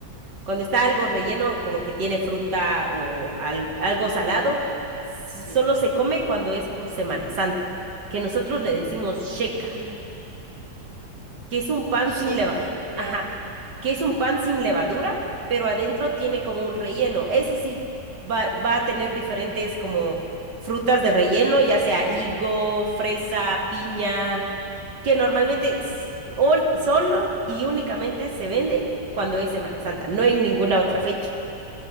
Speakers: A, on the right; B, on the right.
A: cuando está algo relleno, como que tiene fruta o al- algo salado. s-
B: Sí.
A: Solo se come cuando es como Semana Santa, que nosotros le decimos sheca
B: Ah,
A: que es un pan
B: yeca,
A: sin leva,
B: mirá.
A: ajá, que es un pan sin levadura, pero adentro tiene como un relleno. Eso sí va, va a tener diferentes como frutas de relleno, ya sea higo, fresa, piña, que normalmente s- on- solo y únicamente se vende cuando es Semana Santa, no en ninguna otra fecha.